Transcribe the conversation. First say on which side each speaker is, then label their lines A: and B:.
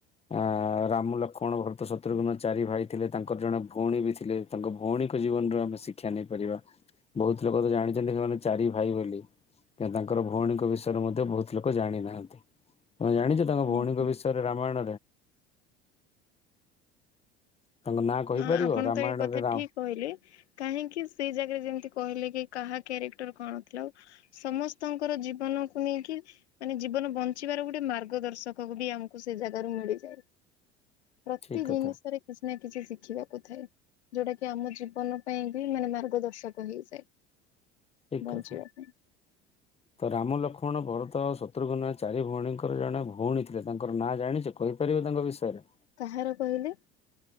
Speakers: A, on the left (about 20°); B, on the left (about 75°).
A: ଅ ରାମ ଲକ୍ଷ୍ମଣ ଭରତ ଶତ୍ରୁଘୁ୍ନ ଚାରି ଭାଇ ଥିଲେ ତାଙ୍କର ଜଣେ ଭଉଣୀ ବି ଥିଲେ ତାଙ୍କ ଭଉଣୀ ଭଉଣୀ ଜୀବନ ର ଆମେ ଶିକ୍ଷା ନେଇପାରିବା ବହୁତ ଲୋକ ତ ଜାଣିଛନ୍ତି ସେମାନେ ଚାରି ଭାଇ ବୋଲି। ତାଙ୍କର ଭଉଣୀଙ୍କ ବିଷୟରେ ମଧ୍ୟ ବହୁତ ଲୋକ ଜାଣି ନାହାନ୍ତି। ତମେ ଜାଣିଛ ତାଙ୍କ ଭଉଣୀଙ୍କ
B: ଆଜ୍ଞା।
A: ବିଷୟରେ ରାମାୟଣ? ତାଙ୍କ ନାଁ କହିପାରିବ
B: ହଁ ଆପଣ
A: ରାମାୟଣରେ
B: ତ ଏଇ କଥା
A: ରା
B: ଠିକ କହିଲେ କାହିଁକି ସେଇ ଜାଗାରେ ଯେମିତି କହିଲେ କି କାହା କାରେକ୍ଟର କଣ ଥିଲା ଆଉ ସମସ୍ତଙ୍କର ଜୀବନକୁ ନେଇକି ମାନେ ଜୀବନ ବଞ୍ଚିବାର ଗୋଟେ ମାର୍ଗ ଦର୍ଶକ ବି ଆମକୁ ସେ ଜାଗାରୁ ମିଳିଯାଏ। ପ୍ରତି
A: ଠିକ
B: ଜିନିଷରେ
A: କଥା
B: କିଛି ନା କିଛି ଶିଖିବାକୁ ଥାଏ ଯୋଉଟା କି ଆମ ଜୀବନ ପାଇଁ ବି ମାନେ ମାର୍ଗଦର୍ଶକ ହେଇଯାଏ।
A: ଠିକ
B: ବଞ୍ଚିବା
A: କଥା
B: ପାଇଁ।
A: ତ ରାମ, ଲକ୍ଷ୍ମଣ, ଭରତ, ଶତ୍ରୁଘ୍ନ ଚାରି ଭଉଣୀଙ୍କର ଜଣେ ଭଉଣୀ ଥିଲେ ତାଙ୍କର ନାଁ ଜାଣିଛ କହିପାରିବ ତାଙ୍କ ବିଷୟରେ?
B: କାହାର କହିଲେ?